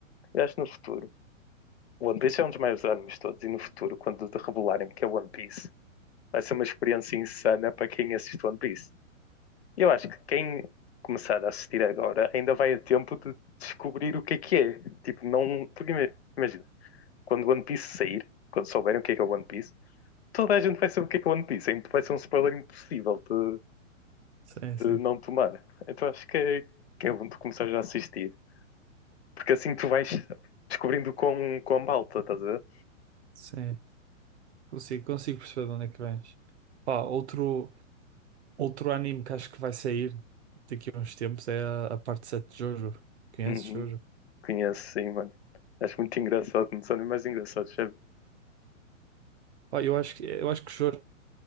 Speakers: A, on the left; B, on the right.
A: Eu acho que no futuro, o One Piece é um dos maiores animes de todos, e no futuro, quando revelarem que é One Piece Vai ser uma experiência insana para quem assiste One Piece. Eu acho que quem começar a assistir agora ainda vai a tempo de descobrir o que é que é. Tipo, não. porque ima- Imagina, quando One Piece sair, quando souberem o que é que é One Piece, toda a gente vai saber o que é que é One Piece. É Vai ser um spoiler impossível de,
B: Sim,
A: de
B: sim,
A: não tomar. Então acho que é, que é bom tu começar já a assistir. Porque assim tu vais descobrindo com, com a malta, estás a ver?
B: sim. Consigo, consigo perceber de onde é que vens. Pá, outro, outro anime que acho que vai sair daqui a uns tempos é a, a parte 7 de Jojo. Conheces
A: Uhum.
B: Jojo?
A: Conheço, sim, mano. Acho muito engraçado, não são nem mais engraçados, sabe?
B: Pá, eu acho que, eu acho que Jojo